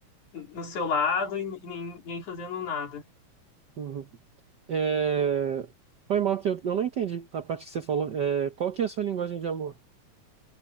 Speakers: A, on the left; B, on the right.
A: no seu lado e nin- ninguém fazendo nada.
B: Uhum. É... Foi mal que eu, eu não entendi a parte que você falou. É, qual que é a sua linguagem de amor?